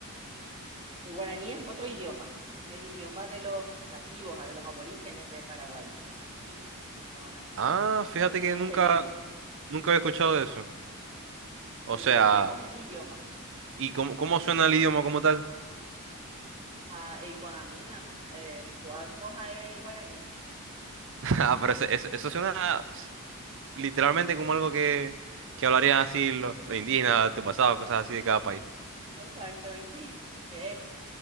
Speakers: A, on the right (about 25°); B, on the right (about 60°).
A: El guaraní es otro idioma, es el idioma de los nativos, ah, de los aborígenes de Paraguay, los indígenas que estaban aquí,
B: Ah, fíjate
A: pero que
B: que
A: mantenemos,
B: nunca, nunca había escuchado de eso.
A: mantenemos
B: O sea,
A: el idioma.
B: ¿y cómo, cómo suena el idioma como tal?
A: Ah, y cuamina, eh, cua- es guaraní.
B: <laughs> Ah, pero ese- eso, eso suena. literalmente como algo que, que hablarían así los, los indígenas, antepasados, cosas así de cada país.
A: Exacto, y sí, es que es.